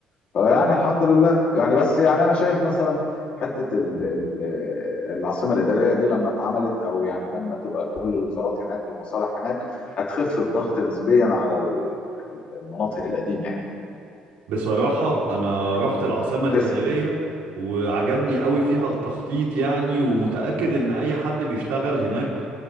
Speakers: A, on the left (about 45°); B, on the right (about 80°).
A: فيعني الحمد لله يعني بس يعني انا شايف مثلا حته ال ال العاصمه الاداريه دي لما اتعملت او يعني لما تبقى كل الوزارات هناك والمصالح هناك هتخف الضغط نسبيا على ال- ال- المناطق القديمه يعني
B: بصراحة أنا
A: يعني
B: رحت العاصمة
A: هتسحب
B: الإدارية وعجبني قوي فيها التخطيط يعني ومتأكد إن أي حد بيشتغل هناك